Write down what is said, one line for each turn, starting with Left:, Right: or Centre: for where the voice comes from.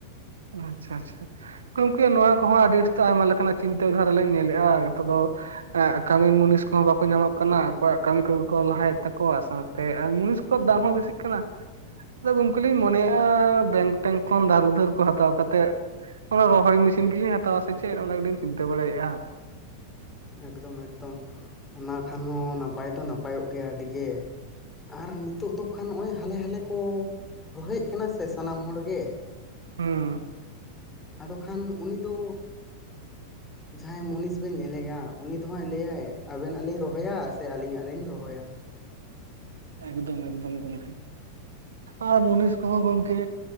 Right: ᱟᱪᱪᱷᱟ ᱟᱪᱪᱷᱟ ᱾ ᱜᱚᱝᱠᱮ ᱱᱚᱣᱟ ᱠᱚᱦᱚᱸ ᱟᱹᱰᱤᱥᱛᱟ ᱟᱭᱢᱟ ᱞᱮᱠᱟᱱᱟᱜ ᱪᱤᱱᱛᱟᱹ ᱫᱷᱟᱨᱟ ᱞᱮᱧ ᱧᱮᱞᱮᱜᱼᱟ ᱱᱤᱛᱚᱜ ᱫᱚ ᱾ ᱮᱜ ᱠᱟᱹᱢᱤᱱ ᱢᱩᱱᱤᱥ ᱠᱚᱦᱚᱸ ᱵᱟᱠᱚ ᱧᱟᱢᱚᱜ ᱠᱟᱱᱟ‌, ᱟᱠᱚᱣᱟᱜ ᱠᱟᱹᱢᱤ ᱠᱚᱜᱮ ᱠᱚ ᱞᱟᱦᱟᱭᱮᱫ ᱛᱟᱠᱚᱣᱟ ᱥᱟᱶᱛᱮ ᱢᱩᱱᱤᱥᱼᱼ ᱠᱚ
Left: ᱦᱳᱭ
Right: ᱵᱟᱠᱚ
Left: ᱦᱳᱭ
Right: ᱵᱮᱥᱤᱜ ᱠᱟᱱᱟ ᱟᱫᱚ ᱜᱚᱝᱠᱮ ᱞᱤᱧ ᱢᱚᱱᱮᱭᱮᱜᱼᱟ ᱵᱮᱝᱠ ᱴᱮᱝᱠ ᱠᱷᱚᱱ ᱫᱷᱟᱨ ᱩᱫᱷᱟᱹᱨᱼᱼ ᱦᱟᱛᱟᱣ ᱠᱟᱛᱮᱫ ᱚᱱᱟ ᱨᱚᱦᱚᱭ ᱢᱮᱥᱤᱱ ᱜᱮᱞᱤᱧ ᱦᱟᱛᱟᱣᱟ ᱥᱮ ᱪᱮᱫ ᱚᱱᱟ ᱜᱮᱞᱤᱧ ᱪᱤᱱᱛᱟᱹ ᱵᱟᱲᱟᱭᱮᱫᱼᱟ ᱾
Left: ᱮᱠᱫᱚᱢ ᱮᱠᱫᱚᱢ ᱚᱱᱟ ᱠᱷᱟᱱ ᱦᱚᱸ ᱱᱟᱯᱟᱭ ᱫᱚ ᱱᱟᱯᱟᱭᱚᱜ ᱜᱮᱭᱟ ᱟᱹᱰᱤ ᱜᱮ ᱾ ᱟᱨ ᱱᱤᱛᱚᱜ ᱫᱚ ᱠᱷᱟᱱ ᱱᱚᱜᱼᱚᱭ ᱦᱟᱞᱮ ᱦᱟᱞᱮ ᱠᱚ ᱨᱚᱦᱮᱫ ᱠᱟᱱᱟ ᱥᱮ ᱥᱟᱱᱟᱢ ᱦᱚᱲ ᱜᱮ ᱾
Right: ᱦᱩᱸ,
Left: ᱟᱫᱚ ᱠᱷᱟᱱ ᱩᱱᱤ ᱫᱚ ᱡᱟᱦᱟᱸᱭ ᱢᱩᱱᱤᱥ ᱵᱮ ᱧᱮᱞᱮᱭᱟ ᱩᱱᱤ ᱫᱚ ᱦᱟᱸᱜᱭ ᱞᱟᱹᱭᱟᱭ ᱟᱵᱮᱱᱟᱜ ᱞᱤᱧ ᱨᱚᱦᱚᱭᱟ ᱥᱮ ᱟᱹᱞᱤᱧᱟᱜ ᱞᱤᱧ ᱨᱚᱦᱚᱭᱟ ᱾
Right: ᱮᱠᱫᱚᱢ ᱮᱠᱫᱚᱢ ᱜᱚᱢᱠᱮ, ᱟᱨ ᱢᱩᱱᱤᱥ ᱠᱚᱦᱚᱸ ᱜᱚᱢᱠᱮ